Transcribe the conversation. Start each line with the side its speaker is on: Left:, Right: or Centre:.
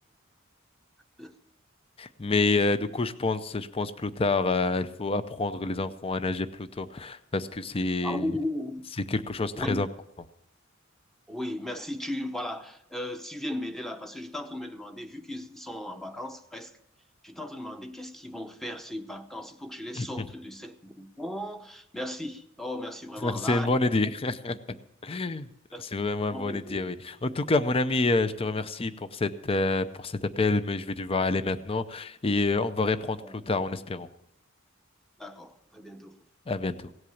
Centre: oui.
Left: Mais euh, du coup, je pense, je pense plus tard, euh, il faut apprendre les enfants à nager plus tôt parce que c'est
Centre: Ah oui, oui, oui.
Left: c'est quelque chose
Centre: Oui,
Left: de très important.
Centre: Oui, merci. Tu, voilà, euh, si tu viens de m'aider là, parce que j'étais en train de me demander, vu qu'ils ils sont en vacances presque, j'étais en train de me demander qu'est-ce qu'ils vont faire ces vacances. Il faut que je les sorte
Left: <laughs>
Centre: de cette bon. Merci. Oh, merci vraiment.
Left: C'est
Centre: Là,
Left: une bonne
Centre: ils
Left: idée.
Centre: vont
Left: <laughs>
Centre: faire-
Left: C'est vraiment une
Centre: ils
Left: bonne idée,
Centre: vont
Left: oui. En tout cas, mon ami, euh, je te remercie pour cette euh, pour cet appel, mais je vais devoir aller maintenant et euh, on va reprendre
Centre: faire-
Left: plus tard en espérant.
Centre: d'accord. À très bientôt.
Left: À bientôt.